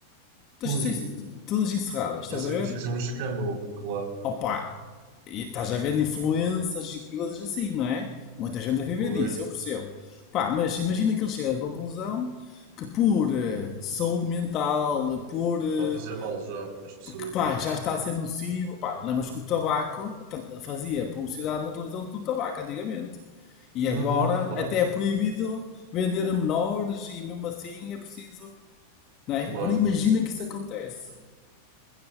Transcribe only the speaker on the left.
Todas,
todas encerradas, estás
a ver?
Opa, e estás a ver influências e coisas assim, não é? Muita gente a viver
disso, eu percebo. Pá, mas imagina que ele chega à conclusão que por eh, saúde mental, por eh,
porque pá, já está a ser nocivo, pá, lembras que o tabaco ta- fazia publicidade na televisão do tabaco antigamente. E agora
até é proibido vender a menores e mesmo assim é preciso, não é?
Agora imagina que isso acontece.